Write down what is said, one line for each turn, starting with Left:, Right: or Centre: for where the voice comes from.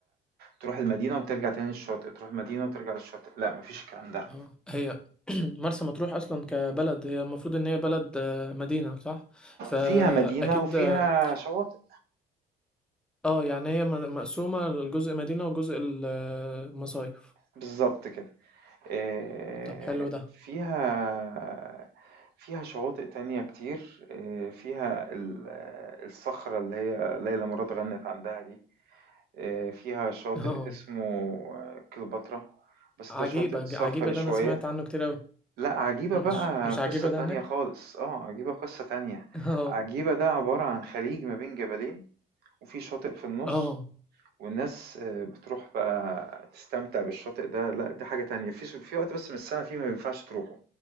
Right: تروح المدينة وترجع تاني للشاطئ تروح المدينة وترجع للشاطئ لا مفيش الكلام ده
Centre: اه هي <clears throat> مرسى مطروح اصلا كبلد هي المفروض ان هي بلد آه، مدينة صح فاكيد
Right: فيها مدينة وفيها
Centre: اه
Right: شواطئ
Centre: آه، يعني هي م- مقسومة لجزء مدينة وجزء المصايف
Right: بالظبط كده آه،
Centre: طب حلو ده
Right: فيها فيها شواطئ تانية كتير آه، فيها ال- الصخرة اللي هي ليلى مراد غنت عندها دي آه، فيها شاطئ
Centre: اه
Right: اسمه آه، كليوباترا بس
Centre: عجيبة
Right: ده شاطئ صخري
Centre: ج- عجيبة ده
Right: شوية
Centre: انا سمعت عنه كتير اوي
Right: لأ، عجيبة
Centre: مش
Right: بقى
Centre: مش
Right: قصة
Centre: عجيبة
Right: تانية
Centre: ده هناك
Right: خالص، آه، عجيبة قصة تانية.
Centre: اه
Right: عجيبة ده عبارة عن خليج ما بين جبلين، وفي شاطئ في النُص،
Centre: اه
Right: والناس آه، بتروح بقى تستمتع بالشاطئ ده، لأ، دي حاجة تانية. في س في وقت بس من السنة فيه ما ينفعش تروحه،